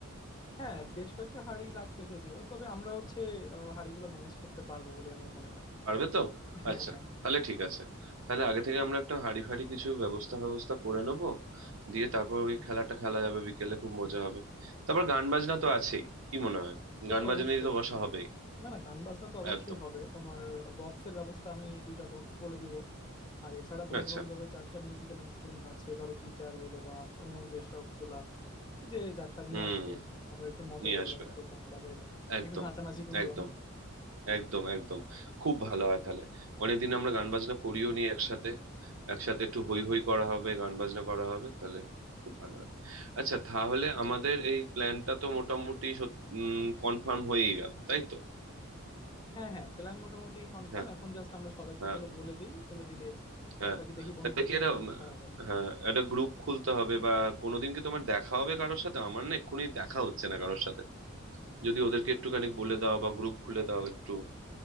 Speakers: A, on the left; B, on the right.
A: হ্যাঁ বেশ কয়েকটা হাঁড়ি লাগবে যদিও তবে আমরা হচ্ছে আহ, হাঁড়িগুলো ম্যানেজ করতে পারবো বলে আমার মনে হয়
B: পারবে তো
A: হ্যাঁ
B: আচ্ছা
A: হ্যাঁ হ্যাঁ
B: তাহলে ঠিক আছে তাহলে আগে থেকে আমরা একটা হাঁড়ি ফাঁড়ি কিছু ব্যবস্থা ব্যবস্থা করে নেবো দিয়ে তারপর ওই খেলাটা খেলা যাবে বিকেলে খুব মজা হবে তারপর গান বাজনা তো আছেই কি মনে হয়
A: সে
B: গান
A: তো
B: বাজনা
A: অবশ্যই
B: নিয়ে তো বসা হবেই
A: না না গান বাজনা তো অবশ্যই
B: একদম
A: হবে তোমার বক্সের ব্যবস্থা আমি দুইটা বক্স বলে দিব আর এছাড়া বন্ধু
B: আচ্ছা
A: বান্ধবের যার যা মিউজিক্যাল ইনস্ট্রুমেন্ট আছে ধরো গিটার বলো বা অন্য যে সবগুলা যে যারটা নিয়ে
B: হুম
A: আসলো আর কি আমরা একটু মজা
B: নিয়ে
A: করলাম
B: আসবে
A: একটু গান বাজাইলাম
B: একদম
A: একটু নাচানাচি করলাম
B: একদম একদম একদম খুব ভালো হয় তাহলে অনেকদিন আমরা গান বাজনা করিও নি একসাথে একসাথে একটু হই হই করা হবে গান বাজনা করা হবে তাহলে খুব ভালো হয় আচ্ছা তাহলে আমাদের এই প্ল্যানটা তো মোটামুটি কনফার্ম হয়েই গেল তাই তো
A: হ্যাঁ হ্যাঁ প্ল্যান মোটামুটি কনফার্ম
B: হ্যাঁ
A: এখন জাস্ট আমরা সবাইকে
B: হ্যাঁ
A: চলো বলে দেই বলে দিলে বাদ
B: হ্যাঁ
A: বাকি দেখি বন্ধুদের
B: তাহলে কি
A: থেকে
B: এটা
A: কেমন
B: উম,
A: সাড়া পাই
B: হ্যাঁ একটা গ্রুপ খুলতে হবে বা কোনোদিন কি তোমার দেখা হবে কারোর সাথে আমার না এক্ষুনি দেখা হচ্ছে না কারোর সাথে যদি ওদেরকে একটুখানি বলে দাও বা গ্রুপ খুলে দাও একটু